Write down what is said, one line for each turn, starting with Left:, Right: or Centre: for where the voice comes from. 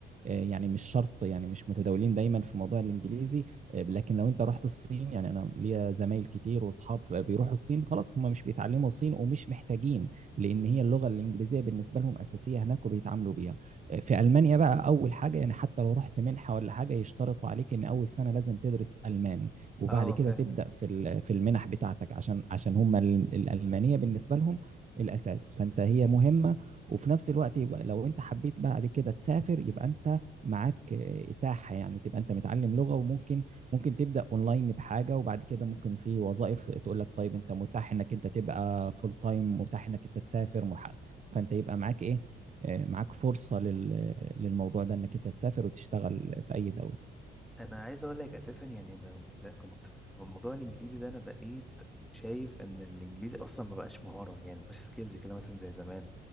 Right: آه، يعني مش شرط يعني مش متداولين دايما في موضوع الانجليزي آه، لكن لو انت رحت الصين يعني انا ليا زمايل كتير واصحاب بيروحوا الصين خلاص هم مش بيتعلموا صين ومش محتاجين لان هي اللغه الانجليزيه بالنسبه لهم اساسيه هناك وبيتعاملوا بيها آه، في المانيا بقى اول حاجه يعني حتى لو رحت منحه ولا حاجه يشترطوا عليك ان اول سنه لازم تدرس الماني وبعد
Centre: اه
Right: كده
Centre: فاهم
Right: تبدا في ال- في المنح بتاعتك عشان عشان هم ال- الالمانيه بالنسبه لهم الاساس فانت هي مهمه وفي نفس الوقت يبقى لو انت حبيت بعد كده تسافر يبقى انت معاك آه، إتاحة يعني تبقى أنت متعلم لغة وممكن ممكن تبدأ أونلاين بحاجة وبعد كده ممكن في وظائف تقول لك طيب أنت متاح إنك أنت تبقى فول تايم متاح إنك أنت تسافر مح- فأنت يبقى معاك إيه آه، معاك فرصة لل- للموضوع ده إنك أنت تسافر وتشتغل في أي دولة
Centre: انا عايز اقول لك اساسا يعني انا زي كنت في موضوع الانجليزي ده انا بقيت شايف ان الانجليزي اصلا ما بقاش مهاره يعني ما بقاش سكيلز كده مثلا زي زمان